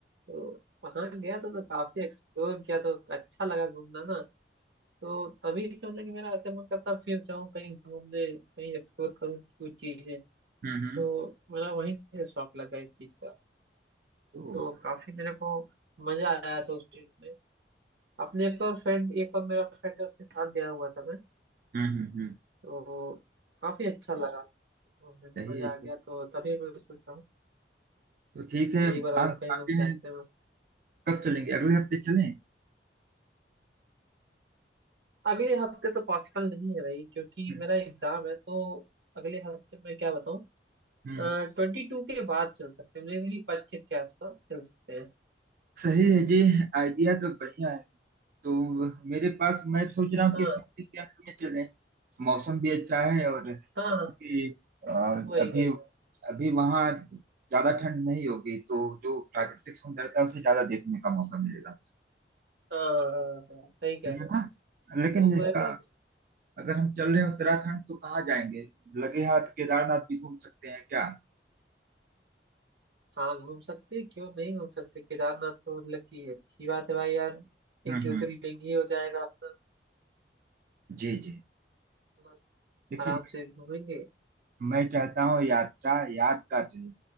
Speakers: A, on the right; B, on the right.
A: तो वहाँ गया था तो काफी एक्सप्लोर किया तो अच्छा लगा घूमना ना तो तभी से मतलब कि मेरा ऐसे मन करता फिर जाऊँ कहीं घूमने कहीं एक्सप्लोर करूँ कुछ चीजें
B: हम्म हम्म
A: तो मेरा वहीं से शौक लगा इस चीज का
B: तो
A: तो काफी मेरे को मजा आया था उस ट्रिप में अपने एक और फ्रेंड एक और मेरा फ्रेंड है उसके साथ गया हुआ था मैं
B: हम्म हम्म, हम्म।
A: तो काफी अच्छा लगा घूमने में
B: सही
A: मजा
B: है जी।
A: आ गया तो तभी मैं सोच रहा हूँ
B: तो ठीक है
A: कि एक
B: प्लान
A: बार और
B: बनाते
A: कहीं घूम के
B: हैं
A: आते हैं बस
B: कब चलेंगे अगले हफ्ते चलें
A: अगले हफ्ते तो पॉसिबल नहीं है भाई क्योंकि
B: हम्म,
A: मेरा एग्जाम है तो अगले हफ्ते मैं क्या बताऊँ
B: हम्म।
A: ट्वेंटी टू के बाद चल सकते हैं मेरे पच्चीस के आसपास चल सकते हैं
B: सही है जी आइडिया तो बढ़िया है तो मेरे पास मैं सोच रहा
A: हाँ
B: हूँ कि इस महीने के अंत में चलें मौसम भी अच्छा है और क्योंकि,
A: हाँ हाँ,
B: अ,
A: वही
B: अभी
A: वही
B: अभी वहाँ ज्यादा ठंड नहीं होगी तो जो प्राकृतिक सुंदरता है उसे ज्यादा देखने का मौका मिलेगा
A: हाँ हाँ हाँ सही
B: सही
A: कह रहे
B: है ना
A: हो
B: लेकिन
A: तो
B: इसका
A: मैं भी
B: अगर हम चल रहे हैं उत्तराखंड तो कहाँ जाएंगे लगे हाथ केदारनाथ भी घूम सकते हैं क्या
A: हाँ घूम सकते हैं, क्यों नहीं घूम सकते केदारनाथ तो मतलब कि अच्छी बात है भाई यार एक
B: हम्म
A: ज्योतिर्लिंग
B: हम्म
A: ही हो जाएगा अपना
B: जी जी
A: बस
B: देखिए
A: आराम
B: मैं,
A: से घूमेंगे
B: मैं चाहता हूँ यात्रा यादगार रहे